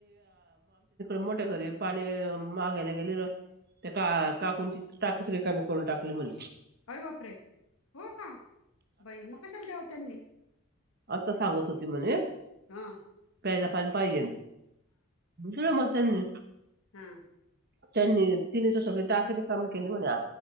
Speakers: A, on the right (about 45°); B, on the left (about 80°).
A: मोठे घरी पाणी मागायला गेली ते का काकूणची टाक रिकामी करून टाकली म्हण.
B: अरे बापरे हो का बाई मग कशाला द्याव त्यांनी.
A: आता सांगत होती म्हणे.
B: हा
A: प्यायला पाणी पाहिजे दिल मग त्यांनी.
B: हम्
A: त्यांनी तिने तर सगळी टाकी रिकामी केली म्हणे